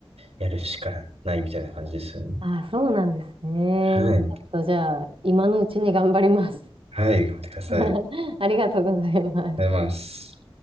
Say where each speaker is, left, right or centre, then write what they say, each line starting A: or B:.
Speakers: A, on the right; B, on the right.
A: やるしかないみたいな感じですよね。
B: あ、そうなんですね。
A: はい。
B: ちょっとじゃあ、今のうちに頑張ります。
A: はい、頑張ってください。
B: <laughs>
A: ありがと
B: ありがとうございます。
A: うございます。